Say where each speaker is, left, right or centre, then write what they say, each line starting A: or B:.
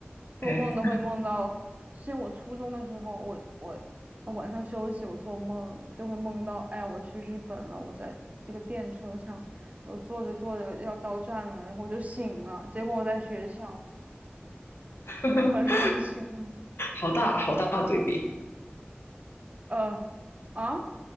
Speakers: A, on the right (about 35°); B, on the left (about 80°).
A: 做梦都会梦到，
B: 哎，
A: 之前我初中的时候，我我我晚上休息，我做梦我就会梦到，哎呀，我去日本了，我在这个电车上，我坐着坐着要到站了，然后我就醒了，结果我在学校，
B: <laughs>
A: 可伤心了。
B: 好大好大的对比
A: 呃，啊，